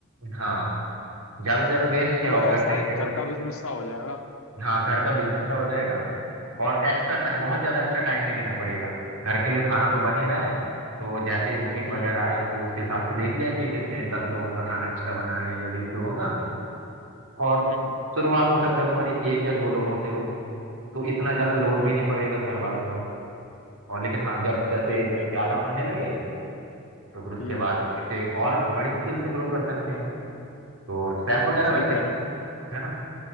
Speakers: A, on the right (about 70°); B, on the left (about 65°).
A: हाँ ज्यादा से ज्यादा वेस्ट क्या
B: मतलब
A: होगा
B: ऐसा
A: अगर नहीं
B: है
A: दे
B: घर
A: तो
B: का बिजनेस सा हो जाएगा
A: हाँ घर का बिजनेस का हो जाएगा और एक्स्ट्रा टाइम
B: हम्म
A: बहुत ज्यादा एक्स्ट्रा टाइम नहीं देना पड़ेगा घर के लिए खाना तो बन ही रहा है तो जैसे ही बुकिंग वगैरह
B: हम्म
A: आई तो उसके हिसाब से देख लिया कि कितने दस लोगों का खाना एक्स्ट्रा बनाना है या बीस लोगों का और
B: हम्म
A: शुरुआत हो सकता है तुम्हारी एक या दो लोगों से हो तो इतना ज्यादा लोड
B: हम्म
A: भी नहीं पड़ेगा घर वालों पर और लेकिन हाँ जब जैसे
B: सही कह
A: ज्यादा
B: रहे हो यार
A: आने लगे तो फिर उसके
B: हम्म
A: बाद इसे और बड़ी स्केल पे ग्रो कर सकते हैं तो स्टाफ वगैरह
B: सही
A: रख सकते
B: कह रहे हो
A: हैं है ना